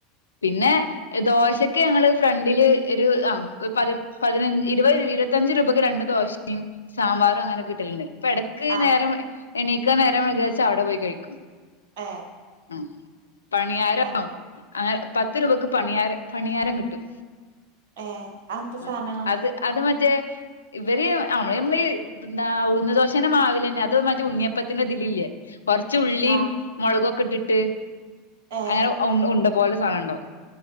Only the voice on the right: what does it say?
ആഹ്
ആഹ്
അങ്ങോ
ഏഹ് അതെന്താ
സാനം
ആഹ്
ഏഹ്